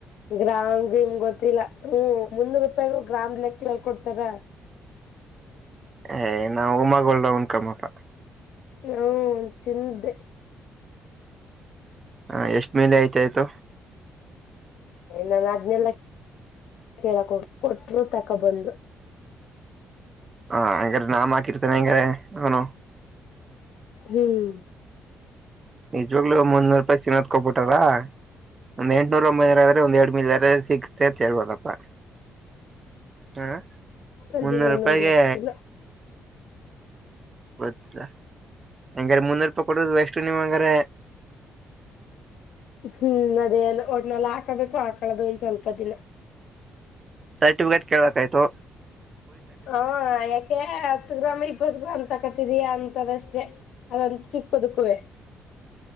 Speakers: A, on the left; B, on the right.
A: ಗ್ರಾಮ್ಗೆ ನಿಮ್ ಗೊತ್ತಿಲ್ಲ ಹ್ಮ್ ಮುನ್ನೂರು ರೂಪಾಯಿಗ ಗ್ರಾಮ್ ಲೆಕ್ಕಲ್ ಕೊಡ್ತಾರ
B: ಏ ನಾ ಉಮಗಡ ಉಂದಕಮ್ಮಪ್ಪ
A: ಹ್ಮ್ ತಿಂದೆ
B: ಹ ಎಷ್ಟ್ಮೇಲೆ ಆಯ್ತ ಆಯ್ತೋ
A: ನನ್ ಅದ್ನೆಲ್ಲ ಕೇಳಕ್ ಕೊಟ್ಟರು ತಕೊ ಬಂದು
B: ಹ ಹಂಗಾರೆ ನಾಮ್ ಹಾಕಿರ್ತೇನೆ ಹಂಗಾರೆ ಅವನು
A: ಹ್ಮ್
B: ನಿಜವಾಗ್ಲು ಮುಂದ ನೂರು ರೂಪಾಯಿ ಚಿನ್ನೋದಕೋಗ್ಬಿಟಾರ ಒಂದ್ ಎಂಟಟ್ನೂರ ಒಂಬೈ ಜರ ಆದ್ರೆ ಒಂದ್ ಎರಡ್ದ ರಜೆ ಸಿಗುತ್ತೆ ಅಂತ ಹೇಳ್ಬೋದಪ್ಪಾ ಹಾ
A: ಅದೇನು
B: ಮುನ್ನೂರು ರೂಪಾಯಗೆ
A: ಗೊತ್ತಿಲ್ಲ
B: ಗೊತ್ತಿಲ್ಲಾ ಹೆಂಗಾರ ಮುನ್ನೂ ರೂಪಾಯಿ ಕೊಡದ್ ಎಷ್ಟು ನೀವ್ ಹಂಗಾರ
A: ಹ್ಮ್ ಅದೇ ಒಟ್ನೆಲ್ಲ ಹಾಕದಕ್ಕೂ ಹಾಕ್ ಕಳೆದ ಒಂದ್ ಸ್ವಲ್ಪ ದಿನ
B: ಸರ್ಟಿಫಿಕೇಟ್ ಕೇಳಕ್ ಆಯ್ತು
A: ಹ ಯಾಕೆ ಹತ್ತು ಗ್ರಾಮ್ ಇಪ್ಪತ್ತು ಗ್ರಾಮ್ ತಕತಿದೀಯ ಅಂತದಷ್ಟೇ ಅದಂತ ಚಿಕ್ಕ ಕುದುಕುವೆ